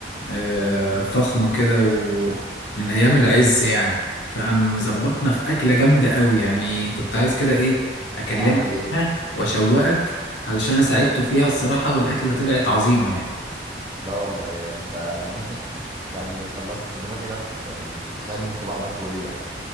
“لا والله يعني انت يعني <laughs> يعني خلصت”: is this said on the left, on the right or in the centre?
Right